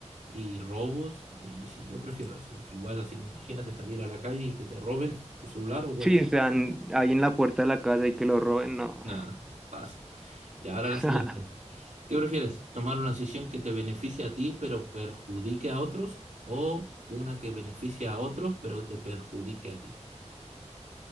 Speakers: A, on the right; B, in the centre.
A: y robos, y sí, yo prefiero eso, porque igual así que imagínate salir a la calle y que te roben tu celular o cualquier
B: sí, están
A: cosa.
B: ahí en la puerta de la casa y que lo roben, no.
A: Nada, pasa. Y ahora la siguiente.
B: <laughs>
A: ¿Qué prefieres? ¿Tomar una decisión que te beneficie a ti pero perjudique a otros o una que beneficie a otros pero te perjudique a ti?